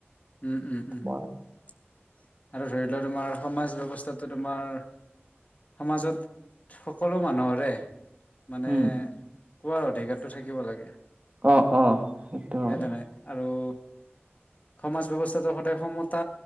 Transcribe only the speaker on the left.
উম উম
উম <inaudible> আৰু ধৰি লোৱা তোমাৰ সমাজ ব্যৱস্থাটো তোমাৰ সমাজত সকলো মানুহৰে মানে
কোৱাৰ অধিকাৰতো থাকিব লাগে
নে নাই আৰু সমাজ ব্যৱস্থাটো সদায় সমতা